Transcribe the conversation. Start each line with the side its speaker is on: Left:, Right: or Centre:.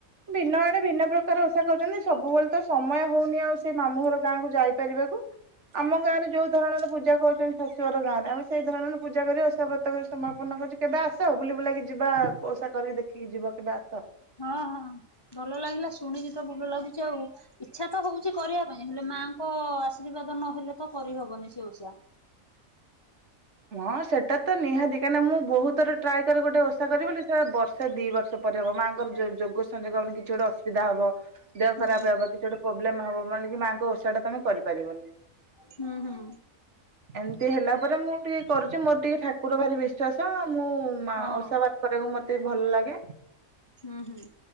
Right: ଭିନ୍ନ ଆଡେ ଭିନ୍ନ ପ୍ରକାର ଓଷା କରଛନ୍ତି ସବୁବେଳେ ତ ସମୟ ହଉନି ଆଉ ସେଇ ମାମୁଁଘର ଗାଁକୁ ଯାଇପାରିବାକୁ ଆମ ଗାଁରେ ଯୋଉ ଧରଣର ପୂଜା କରୁଛନ୍ତି ଶାଶୁଘର ଗାଁରେ ଆମେ ସେଇ ଧରଣର ପୂଜା କରି ଓସା ବ୍ରତ କରି ସମାପନ କରୁଚୁ କେବେ ଆସ ଆସ ବୁଲି ବୁଲାକି ଯିବା ଓସା କରିକି ଦେଖିକି ଯିବ କେବେ ଆସ।
Left: ହଁ ହଁ ଭଲ ଲାଗିଲା ଶୁଣିିକି ତ ଭଲ ଲାଗୁଛି ଆଉ। ଇଚ୍ଛା ତ ହଉଛି କରିଆ ପାଇଁ ହେଲେ ମାଙ୍କ ଆଶୀର୍ବାଦ ନହେଲେ ତ କରିହବନି ସେ ଓଷା।
Right: ହଁ ସେଟା ତ ନିହାତି କାହିଁକିନା ମୁଁ ବୋହୁତଥର ଟ୍ରାଏ କରେ ଗୋଟେ ଓଷା କରିବି ବୋଲି ସେତା ବର୍ଷେ ଦି ବର୍ଷ ପରେ ହବ ମାଙ୍କର ଯୋଗ ସଂଯୋଗ ମାନେ କିଛି ଗୋଟେ ଅସୁବିଧା ହବ ଦେହ
Left: ହୁଁ
Right: ଖରାପ ହେବ କିଛି ଗୋଟେ ପ୍ରୋବ୍ଲେମ ହବ ମାନେ କି ମାଙ୍କ ଓଷା ଟା ତମେ କରିପାରିବନି।
Left: ହୁଁ ହୁଁ।
Right: ଏମତି ହେଲା ପରେ ମୁଁ ଟିକେ କରୁଛି ମୋର ଟିକେ ଠାକୁର ଭାରି ବିଶ୍ଵାସ ମୁଁ ମା
Left: ହଁ
Right: ଓଷା ବା କରିଆକୁ ମତେ ବି ଭଲ ଲାଗେ।
Left: ହୁଁ ହୁଁ।